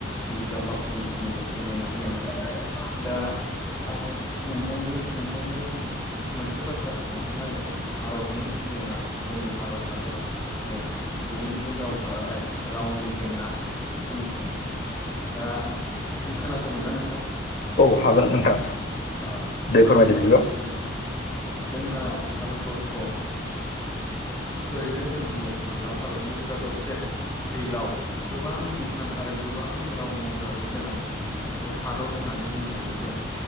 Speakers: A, on the left (about 15°); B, on the left (about 55°).
A: बिजाब बाख्रिनि सोमोन्दै फोरमायना होनायनि थाखाय दा आं नोंथांजों नोंथांनो मोनसे बाथ्रासों खोन्थानो नागिरदों भारतनि जोंहा जोंनि भारत हादराव जोंहा गुबुन गुबुन राव थानायलाय रावनि जेंना सोमजिनायखौ, दा खोनासंगोन ना नोंथां?
B: औ हागोन नोंथां
A: अ होमबा
B: दे फोरमायदो
A: खोनासंनासै
B: बिदिबा
A: नोंथां जोंना भारतबर्स'आव ओरैनो, जों बुंनो थाङोब्ला भारतबर्सआ दरसे फैलाव गोबां बिसान आरो गोबां राव महरारि गोनां मोनसे हादर होननानै बुंनो हायो जों,